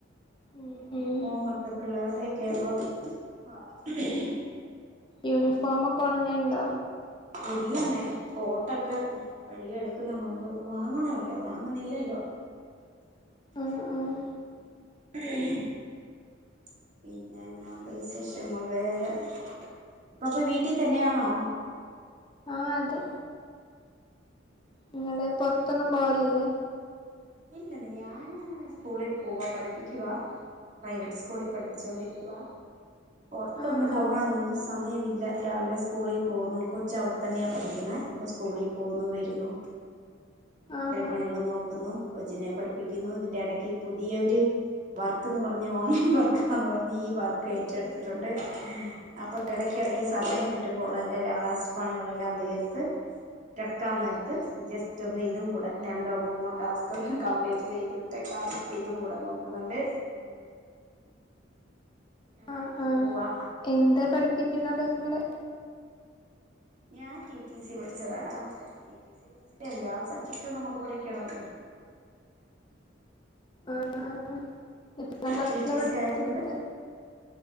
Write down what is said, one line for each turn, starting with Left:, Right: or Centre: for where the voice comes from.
Left: ഉം
Right: യൂണിഫോമൊക്കെ
Left: ഉം
Right: പിള്ളേരുടെെ കേൾബോമ് പാട ഇ ഈ
Left: യൂണിഫോമൊക്കെ ഒണങ്ങേണ്ടോ
Right: ഇല്ലെന്നേ കോട്ടൊക്കെ കഴുകിയെടുക്കുന്ന മദ്ധോ ഒ ണങ്ങണല്ല ഉണങ്ങുന്നില്ലല്ലോ <unintelligible> <inaudible>
Left: ഉം ഉം
Right: പിന്നെന്ത വിശേഷങ്ങൾ വേറെ ഇപ്പൊപ്പൊ വീട്ടിൽ തന്നെയാണോ
Left: ആഹ അതെ നിങ്ങള് പൊറത്തൊന്നും പോവലല്ലേ
Right: ഇല്ല ഞാന് സ്കൂളിൽ പോവാ പഠിപ്പിക്കുവാ പ്രൈവറ്റ് സ്കൂളിൽ പഠിപ്പിച്ചോണ്ടിരിക്കുവ പൊറത്തൊന്നും
Left: ആഹ് ആഹ്
Right: പോകാനൊന്നും സമയ ഇല്ല രാവിലെ സ്കൂളിൽ പോകുന്നു കൊച്ച അവിടെത്തന്നെയാ പഠിക്കുന്നത് അപ്പോ സ്കൂളിൽ പോവുന്നു വരുന്നു വീട്ടിലെ
Left: ആഹാ
Right: പണികൾ നോക്കുന്നു കൊച്ചിനെ പഠിപ്പിക്കുന്നു ഇതിന്റെ ഇടയ്ക്ക് പുതിയ ഒരു വർക്ക്ന്ന് പറഞ്ഞഞ് ഓൺലയിൻ വർക്കാന്ന് പറഞ്ഞ് ഈ വർക്ക് ഏറ്റെടുത്തിട്ടുണ്ട് അപ്പൊ ഇടക്ക്‌ കിടക്ക് സമയം കിട്ടുമ്പോൾല്ലാം ലാസ്റ്റ് പണികളെല്ലാം തീർത്ത് കിടക്കാ നേരത്ത് ജസ്റ്റ് ഒന്ന് ഇതും കൂടെ രണ്ടോ മൂന്നോ ടാസ്ക് കംപ്ലീറ്റ് ചെയ്ത് വിട്ടേക്ക ഇതും കൂടെ നോക്കുന്നുണ്ട് അങ്ങനെ
Left: ആഹ്
Right: അന്ന്
Left: ആഹ്
Right: പോവാ
Left: എന്താ പഠിപ്പിക്കുന്നത്
Right: ഉം
Left: നിങ്ങള്
Right: ഞാൻ ടി ടി സി പഠിച്ചതാടാ ടി ടി സി പഠിച്ചിട്ട് എല്ലാ സബ്ജക്ടും നമുക്ക് പഠിക്കണല്ലോ
Left: ആഹ് എത്രാം ക്ലാസ്സിലാ
Right: ടി ടി
Left: പഠിപ്പിക്കുന്നത്
Right: സി ആയതൊണ്ട്